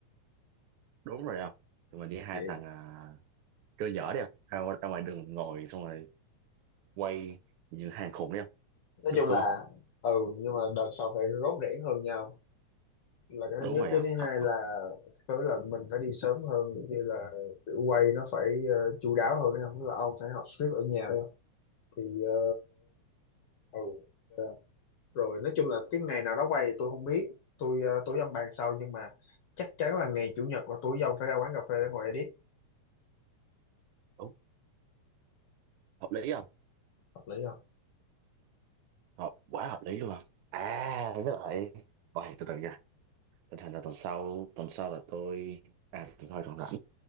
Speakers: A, on the right; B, on the left.
A: đúng rồi không tụi mình đi hai
B: chị
A: thằng à, chơi dở đi không ra, ngoài- ra ngoài đường ngồi xong rồi quay như hàng khủng đi không
B: nói
A: được
B: chung
A: không
B: là
A: không
B: ừ nhưng mà đợt sau phải rốt rẻ hơn nhau là cái
A: đúng
B: thứ nhất
A: rồi
B: cái
A: không
B: thứ hai
A: thật không
B: là tới là mình phải đi sớm hơn như là kiểu quay nó phải ờ, chu đáo hơn không là ông phải học script ở nhà phải không thì ờ, ừ Dạ. rồi nói chung là cái ngày nào đó quay thì tôi không biết tôi ờ, tôi với ông bàn sau nhưng mà chắc chắn là ngày chủ nhật là tôi với ông phải ra quán cà phê để ngồi edit
A: đúng hợp lý không
B: hợp lý không
A: hợp quá hợp lý luôn không à với lại Ôi, từ từ nha tình hình là tuần sau tuần sau là tôi à tuần sau còn rảnh